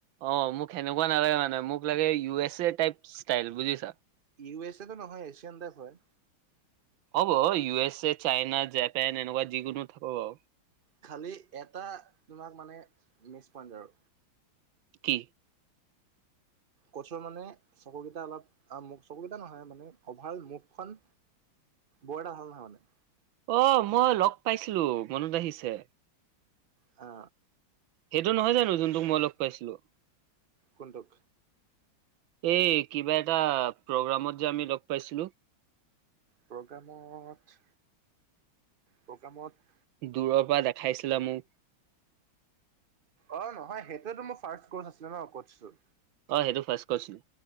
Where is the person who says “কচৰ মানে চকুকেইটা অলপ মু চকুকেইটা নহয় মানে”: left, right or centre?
Right